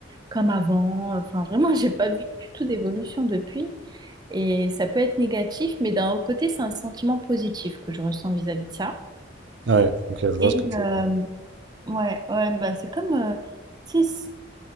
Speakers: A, on the right; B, on the right.
A: comme avant. Enfin, vraiment, j'ai pas vu du tout d'évolution depuis. Et ça peut être négatif, mais d'un autre côté, c'est un sentiment positif que je ressens vis-à-vis de ça.
B: Ouais, ok, je vois
A: Et
B: ce que tu veux
A: euh,
B: dire.
A: ouais, ouais, bah c'est comme, euh, tu sais, c'est-